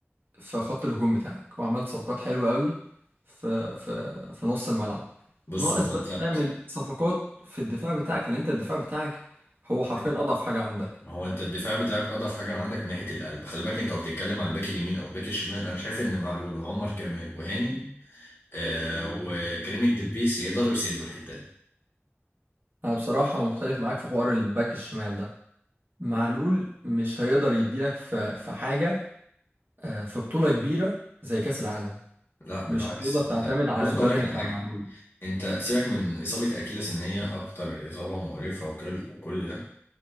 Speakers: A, on the right; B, on the left.
A: في خط الهجوم بتاعك وعملت صفقات حلوة قوي في في في نص الملعب
B: بص
A: ناقص
B: هو
A: بس
B: انت
A: تعمل صفقات في الدفاع بتاعك لأن أنت الدفاع بتاعك هو حرفيا أضعف حاجة عندك
B: ما هو انت الدفاع بتاعك اضعف حاجه عندك من ناحيه القلب خلي بالك انت وبتتكلم على الباك اليمين او الباك الشمال انا شايف ان معلول وعمر جمال وهاني آه وكريم الدبيس يقدروا يسدوا الحته دي
A: أنا بصراحة مختلف معاك في حوار الباك الشمال ده معلول مش هيقدر يديلك في في حاجة آه، في بطولة كبيرة زي كأس العالم
B: لا
A: مش
B: بالعكس
A: هتقدر
B: انت
A: تعتمد على
B: بص
A: البدني
B: اقول لك على
A: بتاع
B: حاجه
A: معلول
B: انت سيبك من اصابه اكيلس ان هي اكتر اصابه مقرفه وكل وكل ده